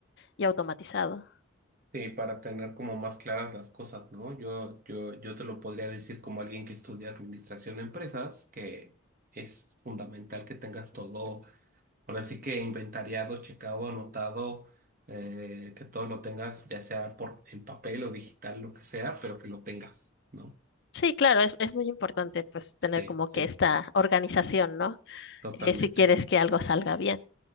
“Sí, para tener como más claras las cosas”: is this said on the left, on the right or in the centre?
Right